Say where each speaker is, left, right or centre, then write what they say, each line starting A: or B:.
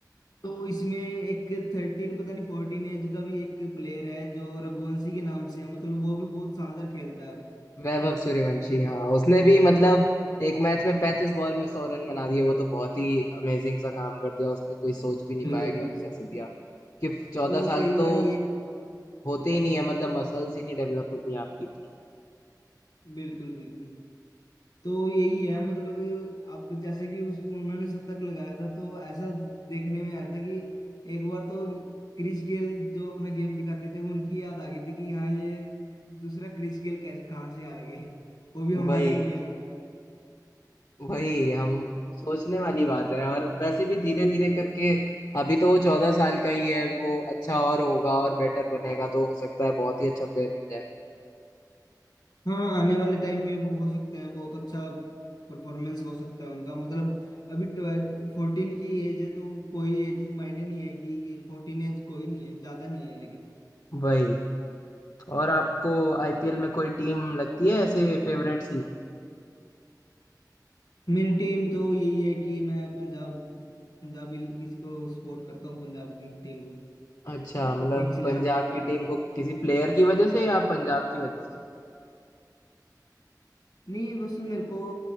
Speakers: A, on the left; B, on the left.
A: तो इसमें एक थर्टीन पता नहीं फोर्टीन एज का भी एक प्लेयर है जो रघुवंशी के नाम से है मतलब वो भी बहुत शानदार खेलता है
B: वैभव सूर्यवंशी हाँ उसने भी मतलब एक मैच में पैंतीस बॉल में सौ रन बना दिए वो तो बहुत ही अमेजिंग सा काम कर दिया उसने कोई सोच भी नहीं
A: बिल्कुल
B: पाया
A: बिल्कुल
B: कर कैसे दिया कि चौदह
A: तो
B: साल
A: कई बार
B: तो
A: ये
B: होते ही नहीं है मतलब
A: बिल,
B: मसल्स ही नहीं डेवलप होती हैं आपकी इतनी
A: बिल्कुल बिल्कुल तो यही है मतलब अब जैसे कि उस उन्होंने शतक लगाया था तो ऐसा देखने में आया था कि एक बार तो क्रिस गेल जो अपना गेम दिखाते थे उनकी याद आ गई थी कि हाँ ये दूसरा क्रिस गेल कैसे कहाँ से आ गए वो भी हमारे
B: भाई
A: इंडिया में
B: वही हम सोचने वाली बात है और वैसे भी धीरे धीरे करके अभी तो वो चौदह साल का ही है वो अच्छा और होगा और बेटर बनेगा तो हो सकता है बहुत ही अच्छा प्लेयर बन जाए
A: हाँ आने वाले टाइम में वो हो सकते हैं बहुत अच्छा परफॉर्मेंस हो सकता है उनका मतलब अभी ट्वेल्व फोर्टीन की एज है तो कोई एज मायने नहीं है कि, कि फोर्टीन एज कोई नहीं है ज्यादा नहीं है लेकिन
B: वही और आपको आईपीएल में कोई टीम लगती है ऐसे फेवरेट सी
A: मेरी टीम तो यही है कि मैं पंजाब पंजाबी इसको सपोर्ट करता हूँ पंजाब की टीम को
B: अच्छा मतलब
A: किंग्स इलेवन
B: पंजाब
A: पंजाब
B: की टीम को किसी प्लेयर की वजह से या पंजाब की वजह से
A: नहीं बस मेरे को